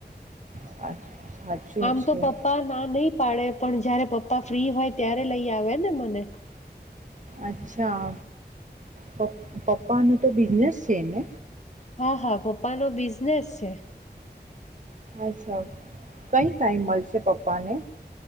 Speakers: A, on the right; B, on the left.
A: સાચ- સાચું
B: આમ
A: છે.
B: તો પપ્પા ના નહી પાડે પણ જયારે પપ્પા ફ્રી હોય ત્યારે લઈ આવે ને મને
A: અચ્છા પપ્પા પપ્પાનું તો બિઝનેસ છે ને
B: હા હા પપ્પા નો બિઝનેસ છે
A: અચ્છા કઈ ટાઈમ મળશે પપ્પાને